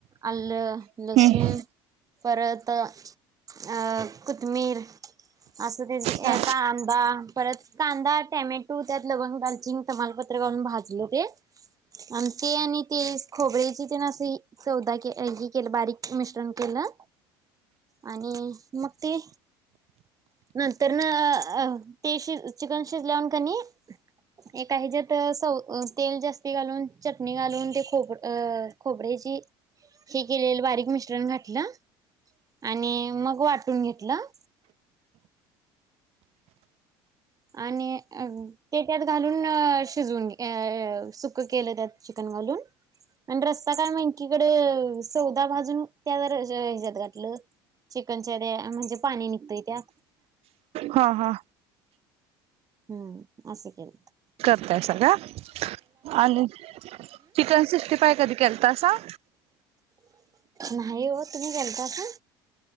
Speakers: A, on the right (about 30°); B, on the right (about 60°).
A: आल्ल,
B: हम्म
A: लसुण परत अ कुथमीर असं त्याची
B: हा
A: कांदा परत कांदा, टॅमॅटू त्यात लवंग, दालचीनी तमालपत्र घालून भाजल ते आणि ते आणि तीळ, खोबऱ्याची तेन असे सौदा के हे केलं बारीक मिश्रण केलं आणि मग ते नंतरन अ ते शि चिकन शिजल्यावर कणी एका हेच्यात सौ अ तेल जास्त ते घालून चटणी घालून ते खोबर अ खोबऱ्याची हे केलेल बारीक मिश्र तेन घातलं आणि मग वाटून घेतलं. आणि अं ते त्यात घालून शिजवून अ सुक्क केलं त्यात चिकन घालून. आणि रस्सा काय म एकीकड सौदा भाजून त्यावर ज ह्याच्यात घातलं. चिकनच्या ड्या म्हणजे पाणी निळतय त्या
B: हा हा
A: हम्म अस केलत.
B: करतायसा काय आणि चिकन सिक्स्टी फाय कधी केलतासा?
A: नाही वो तुम्ही केलतासा?